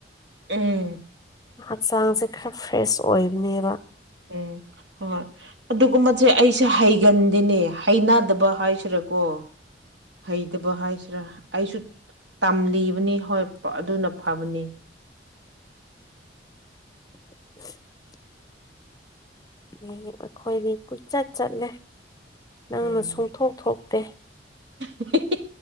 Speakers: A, on the right (about 80°); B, on the left (about 20°).
A: ꯎꯝ
B: ꯍꯥꯆꯥꯡꯁꯦ ꯈꯔ ꯐ꯭ꯔꯦꯁ ꯑꯣꯏꯕꯅꯦꯕ
A: ꯎꯝ ꯍꯣ ꯍꯣꯏ ꯑꯗꯨꯒꯨꯝꯕꯁꯦ ꯑꯩꯁꯦ ꯍꯩꯒꯟꯗꯦꯅꯦ ꯍꯩꯅꯗꯕ ꯍꯥꯏꯁꯤꯔꯀꯣ ꯍꯩꯇꯕ ꯍꯥꯏꯁꯤꯔꯥ ꯑꯩꯁꯨ ꯇꯝꯂꯤꯕꯅꯤ ꯍꯣꯏ ꯑꯗꯨꯅ ꯐꯕꯅꯤ
B: <unintelligible> <unintelligible> ꯑꯈꯣꯏꯗꯤ ꯀꯣꯏꯆꯠ ꯆꯠꯂꯦ ꯅꯪꯅ
A: ꯎꯝ
B: ꯁꯨꯡꯊꯣꯛ ꯊꯣꯛꯇꯦ
A: <unintelligible>